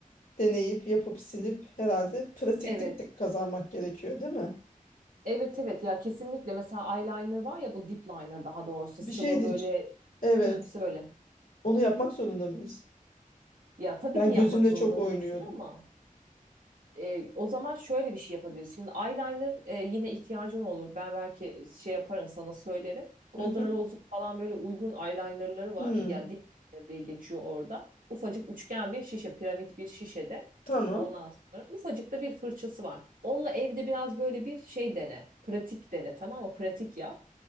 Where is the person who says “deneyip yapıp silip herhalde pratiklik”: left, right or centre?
Left